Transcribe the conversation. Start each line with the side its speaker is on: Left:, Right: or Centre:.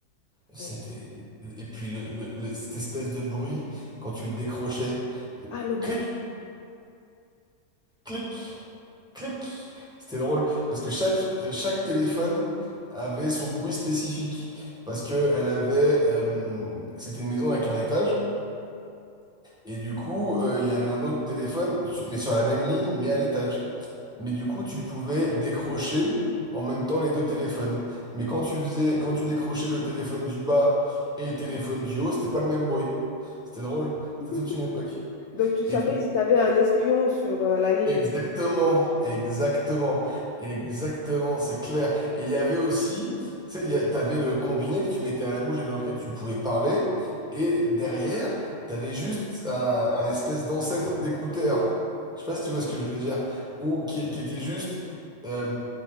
Centre: C'était,
Left: Et...
Centre: et puis le, le, le- cette espèce de bruit quand tu le décrochais.
Left: Ah, le bruit.
Centre: clic, clic, clic. C'était drôle parce que chaque, chaque téléphone avait son bruit spécifique parce que elle avait euh, c'était une maison avec un étage et du coup euh, il y avait un autre téléphone mais sur la même ligne mais à l'étage. Mais du coup tu pouvais décrocher en même temps les deux téléphones. Mais quand tu faisais quand tu décrochais le téléphone du bas et le téléphone du haut, c'était pas le même bruit. C'était drôle, c'était
Left: <laughs>
Centre: toute une époque.
Left: Donc, tu savais
Centre: Et tu
Left: si tu avais un espion sur euh, la ligne.
Centre: Exactement, exactement, exactement, c'est clair. Et il y avait aussi, tu sais, il y a- t'avais le combiné que tu mettais à la bouche et dans lequel tu pouvais parler, et derrière, t'avais juste un, un espèce d'ancêtre d'écouteur. Je sais pas si tu vois ce que je veux dire, ou qui, qui était juste euh,